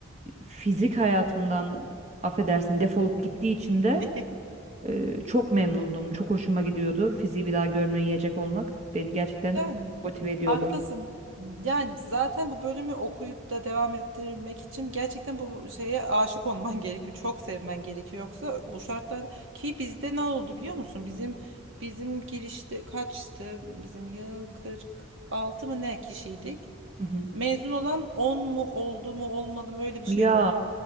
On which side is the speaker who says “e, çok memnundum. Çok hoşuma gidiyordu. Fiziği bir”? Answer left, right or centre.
Right